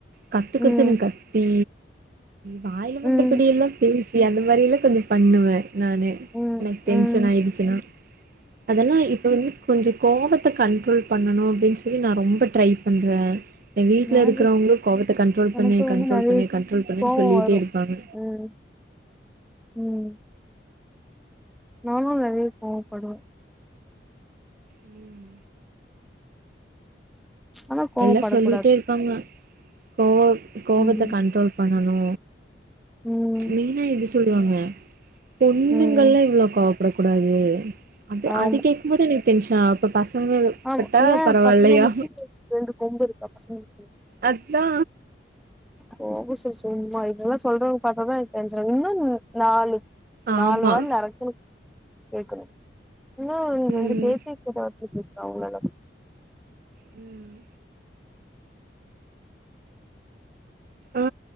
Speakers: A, on the right; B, in the centre.
A: கத்துக்கத்துன்னு
B: ம்
A: கத்தி வாயில வந்தபடி
B: ம்
A: எல்லா பேஸ் சி அந்த மாரில்லா கொஞ்சோ பண்ணுவே நானு
B: ம்
A: எனக்கு டென்ஷ
B: ம்
A: ன் ஆயிடுச்சுன்னா அதெல்லா இப்ப வந்து கொஞ்சோ கோவத்த கண்ட்ரோல் பண்ணணு அப்டின்னு சொல்லி நா ரொம்ப ட்ரை பண்றே எங்க வீட்ல்
B: எனக்கு
A: இருக்கிறவங்களு கோவத்த கண்ட்ரோல்
B: எனக்கு
A: பண்ணு
B: வந்து
A: கண்ட்ரோல்
B: நெறைய
A: பண்ணு கண்ட்ரோல் பண்ணுன்னு
B: கோவோ
A: சொல்லிகிட்டே
B: வரு
A: இருப்பாங்க
B: ம் ம் நானு நெறைய கோவப்படுவே
A: ம்
B: ஆனா கோவப்படக்கூடாது
A: எல்லா சொல்லிட்டே இருப்பாங்க கோவ கோவத்த
B: ம்
A: கண்ட்ரோல் பண்ணனு
B: ம்
A: மெயினா இது சொல்லுவாங்க பொண்ணுங்கள்லா
B: ம்
A: இவ்ளோ கோவ் படக்கூடாது அது
B: ஆமா
A: அது கேக்கும்போது எனக்கு டென்ஷன் இப்ப பசங்கப்
B: ஆமா
A: பட்டா
B: ஏ
A: பரவால்லையா
B: பசங்க மட்டு ரெண்டு கொம்பு இருக்கா பசங்களுக்கு
A: அத்தா
B: போங்க சார் சும்மா இதெல்லா சொல்றவங்க பார்த்ததா எனக் டென்ஷன் இன்னு நாலு
A: ஆமா
B: நாலுவாய் நறுக்குன்னு கேக்கணு இன்னு
A: ம்
B: ரெண்டு சேர்த்தி கெட்டவார்த் கேப்ப அவ்ங்ளெல்லா
A: ம் ஆ